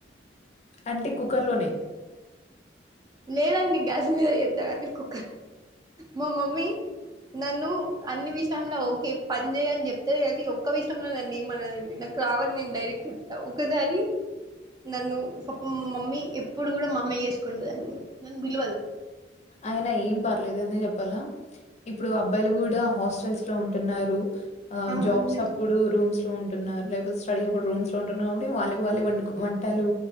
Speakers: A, on the left; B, on the right.
A: అంటే కు కుకర్లోనే
B: నేనండి గ్యాస్ మీద చేత్త కానీకు మా మమ్మీ నన్ను అన్ని విషయంలో ఓకే పని చేయని చెప్త కానీ ఒక్క విషయంలో నన్ని ఏమనదండి నాకు రావని నేను డైరెక్ట్ చెప్తా ఒకసారి నన్ను పాప మా మమ్మీ ఎప్పుడు కూడా మా మమ్మీయే చేసుకుంటుంది అండి నన్ బిల్వదు
A: ఆయనా ఏం పర్లేదనే చెప్పాలా ఇప్పుడు అబ్బాయిలు కూడా హాస్ టచ్లో ఉంటున్నారు ఆ
B: అవునండి
A: జాబ్స్ అప్పుడు రూమ్స్ టు ఉంటున్నారు లేపోతే స్టడీ అప్పుడు రూమ్స్ లో ఉంటున్నారు కాబటి వాళ్ళకిళ్ళ వ వంటలు